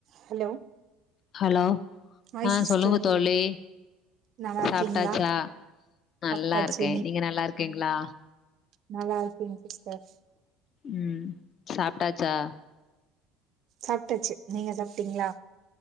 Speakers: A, on the right; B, on the left.
A: Hello
B: hello
A: hi
B: அ
A: sister
B: சொல்லுங்க தோழி
A: நல்லா இருக்கீங்களா
B: சாப்ட்டாச்சா நல்லாருக்கே
A: சாப்ட்டாச்சு
B: நீங்க நல்லாருக்கீங்ளா
A: நல்லாருக்கேங்க சிஸ்டர்
B: ம் சாப்ட்டாச்சா
A: சாப்ட்டாச்சி நீங்க சாப்ட்டீங்ளா